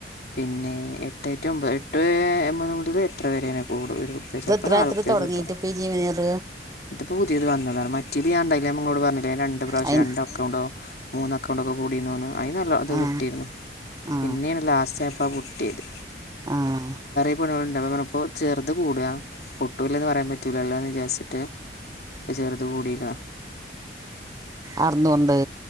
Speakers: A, on the left (about 60°); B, on the right (about 20°).
A: പിന്നെ എട്ടറ്റ ഒമ്പത് എട്ട് ഒമ്പത് മുതൽ എത്ര വരെയാണ് കൂടു ഒരു
B: ഇത്
A: ചപ്പോ
B: എത്ര
A: നാല്ുപ്പ
B: എത്ര തുടങ്ങിട്ട്
A: കിട്ടും
B: ഇപ്പ ഈ ജീവനർ
A: ഇപ്പപ്പോ പുതിയത് വന്നതാണ് മറ്റേ ഞാന്തായാല ഇങ്ങോട് പറഞ്ഞില്ല രണ്ട് പ്രാവശ്യ
B: അയി
A: രണ്ടെ അക്കൗണ്ടോ മൂന്ന് അക്കൗണ്ടൊക്കെ കൂടിന്ന്ോന്ന് അതിന് നല്ല അത്
B: ആ
A: കിട്ടിയിരുന്നു
B: ആ
A: പിന്നെയാണ് ലാസ്റ്റ് ആയപ്പോൾ ആ പട്ടിയത്
B: ആഹ്
A: ണികുണ്ടപ്പോ ചെറു കൂടുക പൊട്ടൂില്ലന്ന് പറയാൻ പറ്റൂലല്ലോന്ന് വിചാരിച്ചിട്ട് ഇപ്പ ചെറത് കൂടിണ
B: അറുന്നൂറുണ്ട്